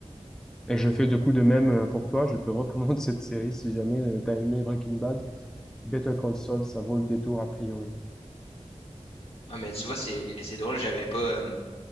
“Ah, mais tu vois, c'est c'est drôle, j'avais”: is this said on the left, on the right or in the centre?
Left